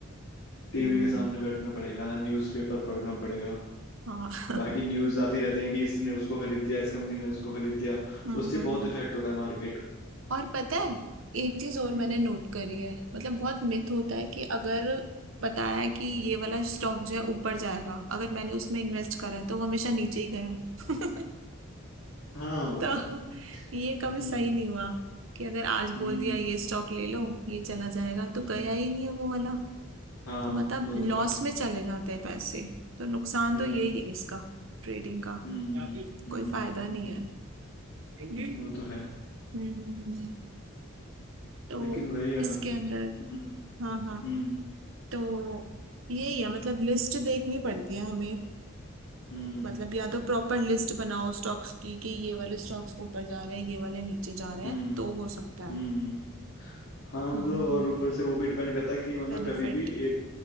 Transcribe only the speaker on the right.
हम्म
हाँ <laughs>
हम्म
हम्म
हम्म
और पता है एक चीज और
मैंने नोट करी है मतलब बहुत मिथ होता
है कि अगर बताया कि ये वाला स्टॉक जो है ऊपर जाएगा अगर मैंने उसमें इन्वेस्ट करा है तो वो हमेशा नीचे ही गया है। <laughs>
तो
ये कभी सही
नहीं हुआ कि अगर आज
बोल दिया ये स्टॉक ले लो ये चला जाएगा तो
गया ही नहीं है वो वाला
तो मतलब
लॉस
में चले जाते हैं पैसे तो नुकसान
तो यही है इसका ट्रेडिंग का
कोई
फायदा
नहीं है हम्म
हम्म, हम्म, हम्म। तो
इसके
अंदर
हाँ हाँ
तो यही है मतलब लिस्ट देखनी पड़ती है हमें
मतलब या तो प्रॉपर लिस्ट बनाओ स्टॉक्स की कि ये वाले स्टॉक्स ऊपर जा रहे हैं ये वाले नीचे जा रहे
हैं तो हो सकता है
हाँ
बेनिफिट